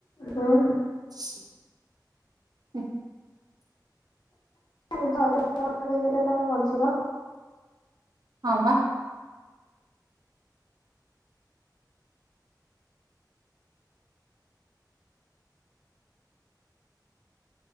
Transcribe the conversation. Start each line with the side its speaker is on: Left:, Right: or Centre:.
Left: ହୁଁ।
Right: <inaudible> <inaudible>
Left: <unintelligible> ରେ ତମେ ବଞ୍ଚିବ।
Right: ହଁ ପା।